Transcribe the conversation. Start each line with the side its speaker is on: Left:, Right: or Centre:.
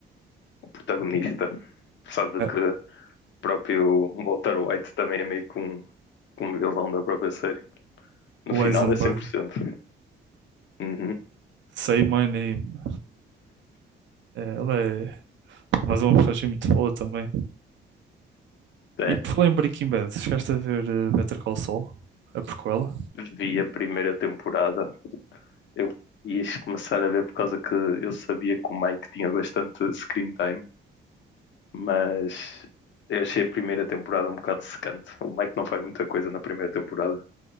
Left: o protagonista. Apesar de
Right: É,
Left: que próprio Walter White também é meio que um, um vilão da própria série. No
Right: o
Left: final
Right: Eisenberg,
Left: é 100%. Uhum.
Right: Say My Name, é, ela é, mas é uma personagem muito boa também.
Left: É.
Right: E por falar em Breaking Bad, chegaste a ver eh, Better Call Saul, a prequela?
Left: Vi a primeira temporada. Eu quis começar a ver por causa que eu sabia que o Mike tinha bastante screen time, mas eu achei a primeira temporada um bocado secante. O Mike não faz muita coisa na primeira temporada,